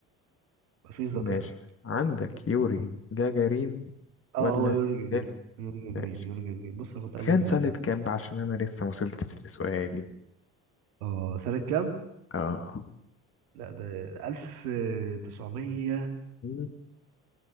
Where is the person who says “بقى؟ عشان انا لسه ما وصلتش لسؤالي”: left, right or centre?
Left